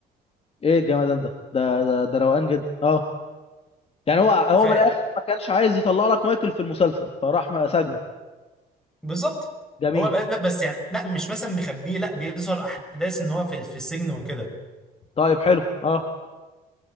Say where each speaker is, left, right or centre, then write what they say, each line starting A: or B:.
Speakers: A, on the left; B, in the centre.
A: ايه الجمدان ده ده ده, ده روقان جدا اه يعني هو هو
B: ف
A: من الاخر ما كانش عايز يطلع لك مايكل في المسلسل فراح سجنه
B: بالظبط
A: جميل
B: هو ب- لا بس يعني لا مش مثلا مخبيه لا بيظهر احداث ان هو في في السجن وكده
A: طيب حلو اه